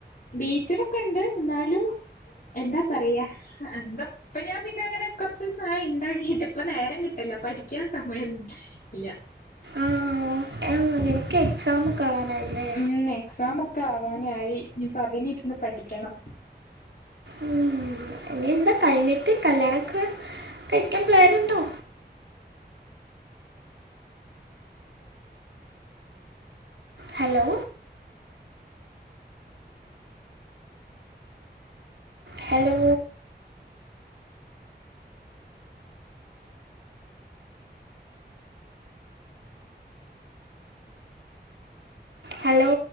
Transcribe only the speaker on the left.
ബീറ്ററൊക്കണ്ട് ന്നാലു എന്താ പറയ്യാ എന്താ ഇപ്പഞാപിന്നെ അങ്ങനെ കൊർച്ച്സായി ണ്ടാക്കിട്ട് ഇപ്പ നേരം കിട്ടല്ല പഠിക്യാൻ സമയം ല്ല
ഉം എക്സാമ് ക്കാവാനായി നിപ്പ അതിനിര്ന്ന് പഠിക്കെണം